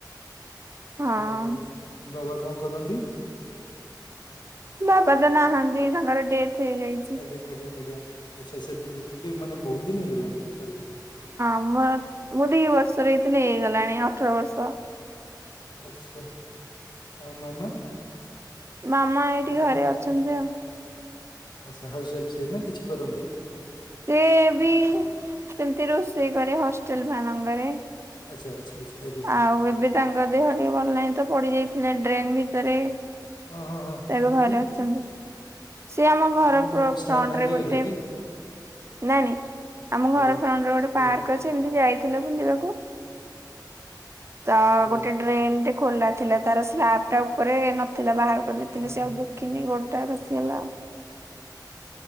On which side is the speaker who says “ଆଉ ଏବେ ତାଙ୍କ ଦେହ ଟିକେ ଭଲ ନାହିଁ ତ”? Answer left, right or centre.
Right